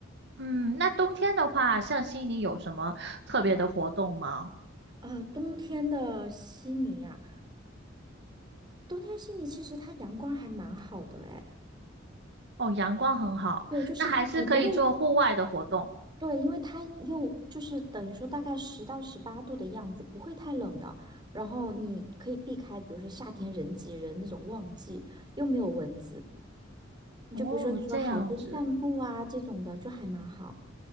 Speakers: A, on the right; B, on the right.
A: 嗯，那冬天的话，像悉尼有什么特别的活动吗？
B: 呃，冬天的悉尼啊，冬天悉尼其实它阳光还蛮好的哎，
A: 哦，阳光很好，
B: 对，就是你不会
A: 那还是可以做户外的活动。
B: 对，因为它又就是等于说大概十到十八度的样子，不会太冷的。然后你可以避开，比如说夏天人挤人那种旺季，又没有蚊子。你就比如说你说海边散步啊这种的，
A: 哦，这样子。
B: 就还蛮好。